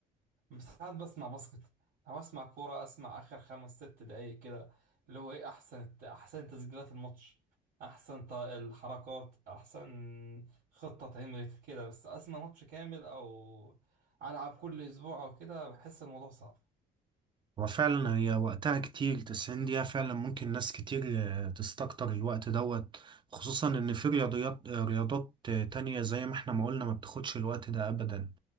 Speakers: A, on the right (about 65°); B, on the right (about 30°).
A: ساعات بسمع باسكت أو أسمع كورة أسمع آخر خمس ست دقايق كده اللي هو إيه أحسن أحسن تسجيلات الماتش أحسن ط- الحركات أحسن خطة اتعملت كده بس أسمع ماتش كامل أو ألعب كل أسبوع أو كده بحس الموضوع صعب
B: وفعلا هي وقتها كتير 90 دقيقة فعلا ممكن ناس كتير آه، تستكتر الوقت دوت خصوصا ان في رياضيات آه، رياضات آه، تانية زي ما احنا ما قلنا ما بتاخدش الوقت ده ابدا